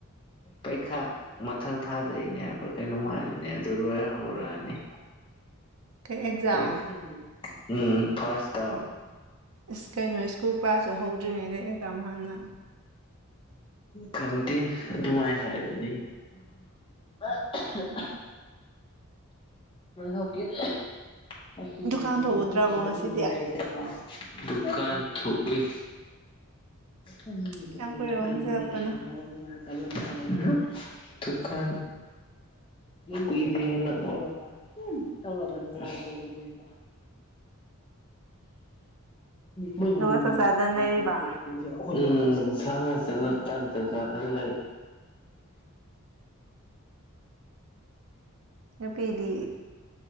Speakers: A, on the left (about 25°); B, on the right (about 85°).
A: ꯄꯩꯈꯥ ꯃꯊꯪ ꯊꯥꯗꯩꯅꯦ ꯍꯥꯏꯕ꯭ꯔꯥ ꯀꯩꯅꯣꯝ ꯍꯥꯏꯕꯅꯦ ꯑꯗꯨ ꯂꯣꯏꯔ ꯍꯧꯔꯛꯑꯅꯤ
B: ꯀꯩ ꯑꯦꯛꯖꯥꯝ
A: ꯄꯩ ꯑꯝ ꯐꯔꯁ꯭ꯠ ꯇꯔꯝ
B: ꯏꯁ ꯀꯩꯅꯣ ꯁ꯭ꯀꯨꯜ ꯀ꯭ꯂꯥꯁꯁꯨ ꯍꯧꯗ꯭ꯔꯤꯉꯩꯗ ꯑꯦꯛꯖꯥꯝ ꯍꯥꯟꯅ
A: ꯈꯪꯗꯦ ꯑꯗꯨꯃꯥꯏꯅ ꯍꯥꯏꯕꯅꯤ ꯕꯦ ꯍꯧꯀꯤ ꯍꯧꯀꯤꯗꯗꯤ
B: ꯗꯨꯀꯥꯟ ꯊꯣꯛꯎꯗ꯭ꯔꯕꯣ
A: ꯃꯐꯝ
B: ꯉꯁꯤꯗꯤ
A: ꯗꯨꯀꯥꯟ ꯊꯣꯛꯎꯏ ꯅꯨꯃꯤꯠꯇꯣ
B: ꯀꯌꯥꯝ
A: ꯑꯩ
B: ꯀꯨꯏꯔꯕ
A: ꯑꯩꯗꯤꯅꯦ
B: ꯍꯟꯖꯜꯂꯛꯄꯅꯣ
A: ꯏꯁꯥ ꯉꯥꯏ ꯗꯨꯀꯥꯟ ꯀꯨꯏꯗ꯭ꯔꯤ ꯍꯟꯂꯛ ꯇꯧꯔꯒ ꯎ ꯇꯧꯔꯒ ꯅꯨꯡꯉꯥꯏꯇꯧꯕꯅꯦꯕ ꯃꯣꯏ ꯃꯑꯣꯡ
B: ꯑꯗꯨꯒ ꯆꯥꯛ ꯆꯥꯗꯅ ꯂꯩꯔꯤꯕ
A: ꯎꯝ ꯁꯥꯅ ꯆꯠꯂꯥ ꯇꯥꯟꯗ ꯆꯗ ꯂꯩ
B: ꯅꯨꯄꯤꯗꯤ